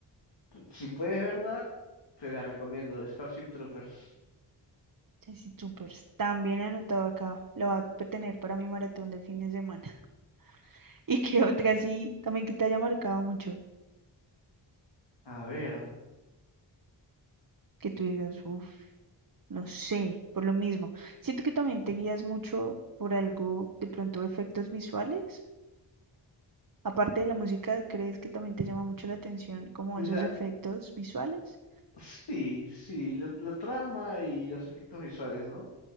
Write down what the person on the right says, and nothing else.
Así súper. También anotado acá. Lo va a tener para mi maratón de fin de semana. <laughs> ¿Y qué otra sí? También que te haya marcado mucho.
Que tú digas, uff. No sé, por lo mismo. Siento que también te guías mucho por algo, de pronto efectos visuales. Aparte de la música, ¿crees que también te llama mucho la atención como
esos efectos visuales?